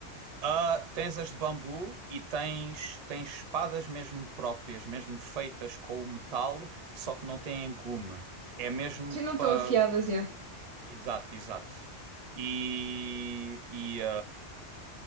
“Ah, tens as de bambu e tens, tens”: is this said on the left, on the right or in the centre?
Right